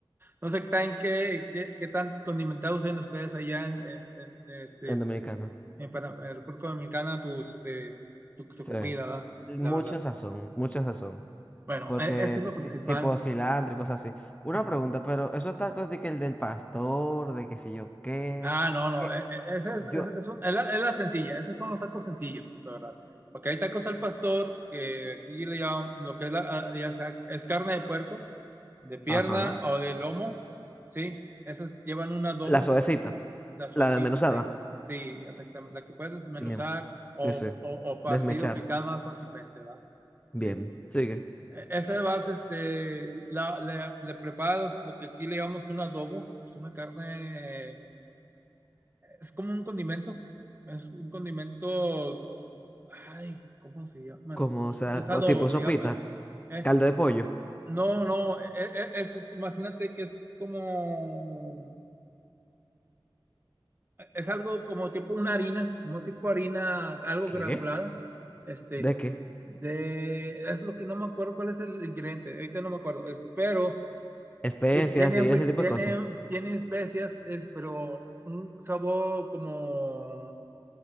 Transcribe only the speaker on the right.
No sé qué tan qué, qué, qué tan condimentados sean ustedes allá en, en, en este,
en, en Pana- en República Dominicana tus, este, tu, tu
comida, ¿verdad?
La verdad.
Bueno,
e- eso es lo
principal.
Ujú.
Ah, no, no,
e- e- esa es,
es- es un- es la, es la sencilla, esos son los tacos sencillos, la verdad. Porque hay tacos al pastor, que aquí le llaman lo que es la, ah, ya sea, es carne de puerco, de pierna
o de lomo, ¿sí? Esas llevan un adobo,
eh, las suavecitas,
sí, sí, exactamente, la que puedes desmenuzar
o,
o, o partido
picar más fácilmente, ¿verdad?
Sí.
E- Esa vas, este, la, le, le preparas lo que aquí le llamamos un adobo, es una carne es como un condimento, es un condimento, ay, ¿cómo se llama? Bueno,
pues,
es
adobo,
se
llama. eh,
no, no, eh, eh, es, es- imagínate que es como, es algo como tipo una harina, como tipo harina, algo
granulada, este,
de, es lo que no me acuerdo cuál es el ingrediente, ahorita no me acuerdo, este, pero
ti- tiene,
un
pe-
tiene,
tiene especias, es, pero un sabor como